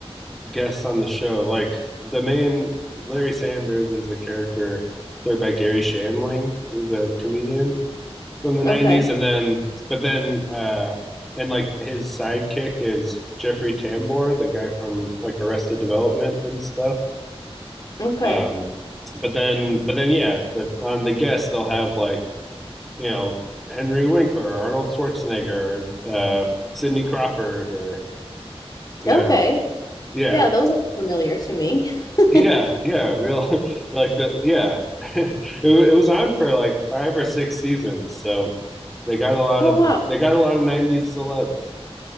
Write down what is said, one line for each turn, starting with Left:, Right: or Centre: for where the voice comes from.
Centre: guests on the show. Like, the main Larry Sanders is a character played by Gary Shandling, who's a comedian from the 90s.
Left: Okay.
Centre: And then, but then, uh, and like his sidekick is Jeffrey Tambor, the guy from like Arrested Development and stuff.
Left: Okay.
Centre: Um, but then, but then, yeah. But on the guests, they'll have like you know Henry Winkler, Arnold Schwarzenegger, uh, Sidney Crawford, or you
Left: Okay.
Centre: know, yeah,
Left: Yeah, those are familiar to me. <laughs>
Centre: yeah, yeah, real <laughs> like the yeah. <laughs> it, it was on for like five or six seasons, so they got a lot
Left: Oh
Centre: of
Left: wow.
Centre: they got a lot of '90s celebs.